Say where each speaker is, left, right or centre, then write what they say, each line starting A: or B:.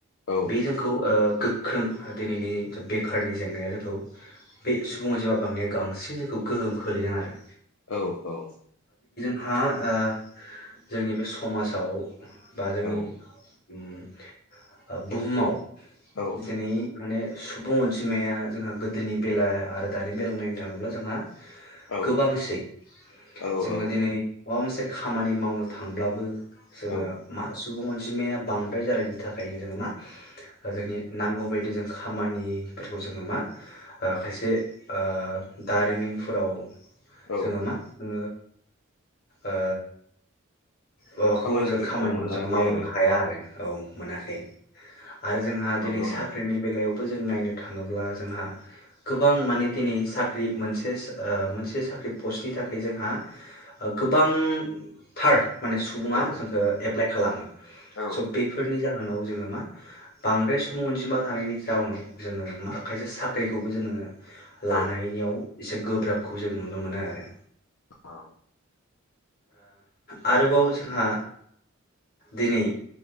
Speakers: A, on the left; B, on the left.
A: औ
B: बे जोंखौ ओ गोग गोख्रों दिनैनि बेखारनि जेंनाया जोंखौ बे सुबनि जेमा बांनाया बांसिन जोंखौ गोहोम खोलैदों आरो।
A: औ औ।
B: हा ओ जोंनि बे समाजाव बा जोंनि
A: औ
B: उम ओ बुहुमाव
A: औ
B: दिनै माने सुबुं अनजिमाया जोंहा गोदोनि बेला आरो दानि बेलायाव नायनो थाङोब्ला जोंहा।
A: औ
B: गोबांसै
A: औ
B: जोङो दिनै। माबा मोनसे खामानि मावनो थांब्लाबो जोङो
A: औ
B: मा सुबुं अजिमाया बांद्राय जानायनि थाखायनो जोङो मा जोंनि नांगौ बायद बिदि जों खामानिफोरखौ जोङो मा खायसे ओ दारिमिनफोराव
A: औ
B: जोङो मा ओ ओ। माबाखौ
A: खामानिफोरखौ
B: जों खामानिखौ
A: मोनाखै
B: जों मावनो
A: आरो
B: हाया आरो औ मोनाखै आरो जोंहा
A: नंगौ
B: दिनै साख्रिनि
A: नोंथां
B: बेलायाव जों नायनो थाङोब्ला जोंहा गोबां माने दिनै साख्रि मोनसे मोनसे मोनसे साख्रि पस्टनि थाखाय जोंहा गोबांथार माने सुबुङा
A: औ
B: जोंखौ एप्लाइ खालामो
A: औ
B: स' बेफोरनि ज जाउनाव जोङो मा बांद्राय सुबुं अनजिमा थानायनि जाउनाव जोङो मा खायसे साख्रिखौबो जोङो लानायनिाव
A: औ
B: एसे गोब्राबखौ जों नुनो मोनो आरो।
A: औ।
B: आ रोबाव जोंहा दिनै